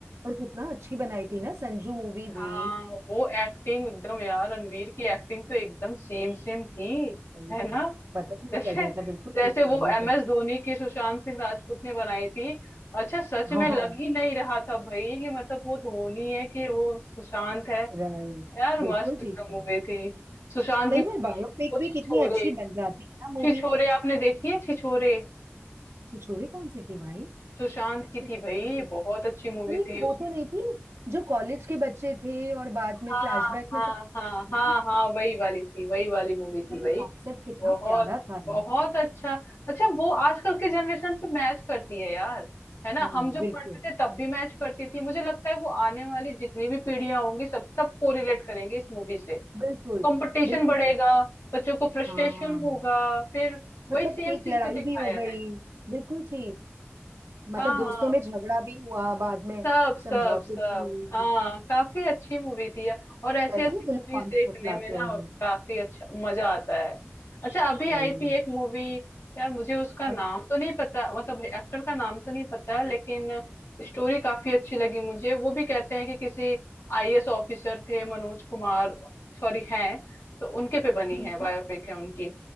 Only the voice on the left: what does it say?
हाँ
वो एक्टिंग एकदम यार रणवीर की एक्टिंग तो एकदम सेम सेम थी
है ना
जैसे
जैसे
वो
एम
एस धोनी की सुशांत सिंह राजपूत ने बनाई थी अच्छा सच
में लग ही नहीं रहा था भाई कि मतलब वो धोनी है कि वो सुशांत है
यार
मस्त
एकदम
मूवी थी सुशांत
की
वो
छिछोरे
छिछोरे
आपने देखी है छिछोरे
सुशांत की
थी भाई बहुत अच्छी मूवी
थी उसमें
हाँ
हाँ
हाँ
हाँ हाँ वही वाली थी वही वाली मूवी
थी
भाई
बहुत
बहुत अच्छा अच्छा वो आजकल के जनरेशन से मैच करती है यार है ना
हम जब
पढ़ते थे तब भी मैच करती थी मुझे लगता है वो आने वाली जितनी भी पीढ़ियां होंगी सब सब को रिलेट करेंगे इस मूवी से
कंपटीशन
बढ़ेगा
बच्चों को फ्रस्ट्रेशन
होगा फिर वही
सेम
चीज
तो दिखाया
है
हाँ
हाँ
सब सब
सब
हाँ काफी अच्छी मूवी थी यार और ऐसी
ऐसी
मूवीज
देखने
में ना
काफी अच्छा मजा आता है अच्छा अभी
आई
थी एक मूवी यार मुझे उसका
नाम तो नहीं पता मतलब एक्टर का नाम तो नहीं पता है लेकिन स्टोरी काफी अच्छी लगी मुझे वो भी कहते हैं कि किसी आईएएस ऑफिसर थे मनोज कुमार सॉरी हैं तो उनके पे बनी
है बायोपिक है उनकी